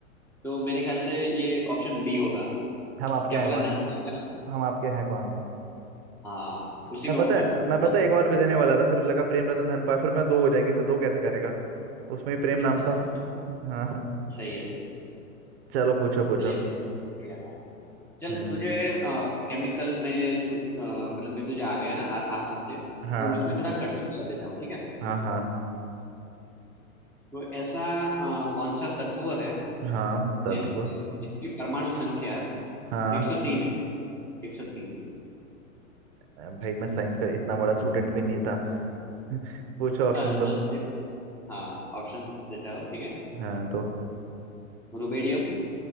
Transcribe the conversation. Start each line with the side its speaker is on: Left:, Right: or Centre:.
Centre: तो मेरे ख्याल से ये ऑप्शन बी होगा
Right: आपके
Centre: क्या
Right: हैं
Centre: बोला
Right: कौन
Centre: ना देवी का नाम
Right: हम आपके हैं कौन
Centre: हाँ उसी
Right: मैं
Centre: में
Right: पता
Centre: होगा
Right: है मैं
Centre: हमारा
Right: पता है एक और भी देने वाला था फिर लगा प्रेम रतन धन पाए फिर मैं दो हो जाएंगे फिर दो कैसे करेगा उसमें ही प्रेम नाम
Centre: <laughs>
Right: था हाँ
Centre: सही है सही है
Right: चलो पूछो पूछो
Centre: चलिए बढ़िया बढ़िया था चल
Right: हम्म
Centre: तुझे केमिकल में तू अ, मतलब मैं तुझे आ गया ना आ, आसान से
Right: हाँ
Centre: तो उसमें थोड़ा कठिन कर देता हूँ ठीक है
Right: हाँ हाँ
Centre: तो ऐसा अ, कौन सा तत्व है
Right: हाँ तत्व
Centre: जिस जिसकी परमाणु संख्या
Right: हाँ
Centre: 103 है 103
Right: अ, भाई मैं साइंस का इतना बड़ा स्टूडेंट भी नहीं था <laughs> पूछो ऑप्शन
Centre: हाँ चल
Right: दो
Centre: मुझे हाँ ऑप्शन देता हूँ ठीक है
Right: हाँ दो
Centre: रुबेडियम